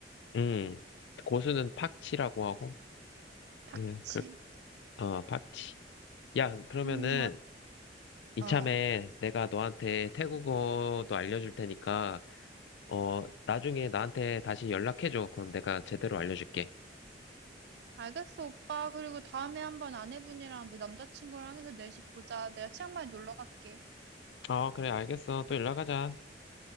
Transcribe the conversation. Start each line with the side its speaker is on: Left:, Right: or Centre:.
Left: 음, 고수는 팍치라고 하고
Right: 팍치.
Left: 그냥 그, 어, 팍치. 야, 그러면은
Right: 음,
Left: 이참에
Right: 어. 어.
Left: 내가 너한테 태국어도 알려줄 테니까 어, 나중에 나한테 다시 연락해줘. 그럼 내가 제대로 알려줄게.
Right: 알겠어, 오빠. 그리고 다음에 한번 아내분이랑 내 남자친구랑 해서 내집 보자. 내가 치앙마이 놀러 갈게.
Left: 아, 그래, 알겠어. 또 연락하자.